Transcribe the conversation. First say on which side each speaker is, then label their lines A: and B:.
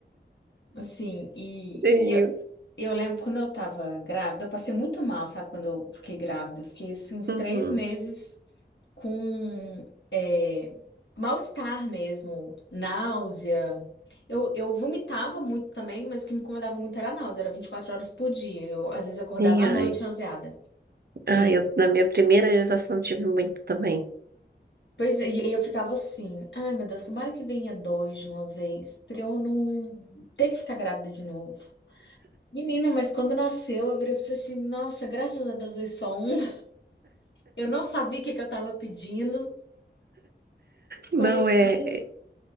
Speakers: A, on the left; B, on the right.
A: Assim, e,
B: É
A: e eu,
B: Isso.
A: eu lembro quando eu tava grávida, eu passei muito mal, sabe? Quando eu fiquei grávida, eu fiquei assim, uns
B: Uhum.
A: três meses. com é, mal-estar mesmo, náusea. Eu, eu vomitava muito também, mas o que me incomodava muito era a náusea, era 24 horas por dia. Eu, às vezes,
B: Sim,
A: acordava à
B: ai.
A: noite nauseada.
B: Ai,
A: E aí,
B: eu na minha primeira gestação tive muito também.
A: pois, é, e aí eu ficava assim, ai meu Deus, tomara que venha dois de uma vez, pra eu não ter que ficar grávida de novo. Menina, mas quando nasceu, eu virei e falei assim, nossa, graças a Deus veio só um. <laughs> Eu não sabia o que que eu tava pedindo.
B: Não
A: Conhecimento.
B: é.